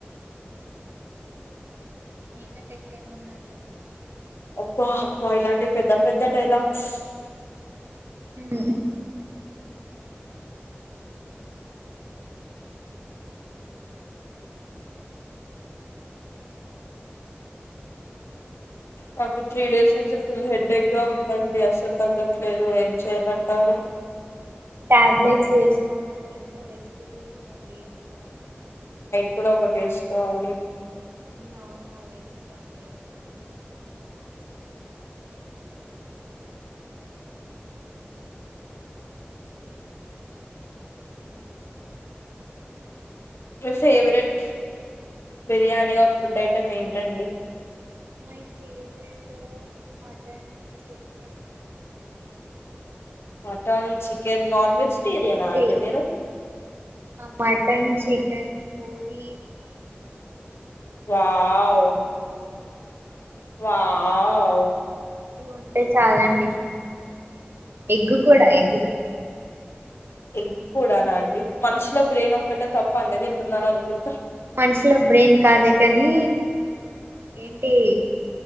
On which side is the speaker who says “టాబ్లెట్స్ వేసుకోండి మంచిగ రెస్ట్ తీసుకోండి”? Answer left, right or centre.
Right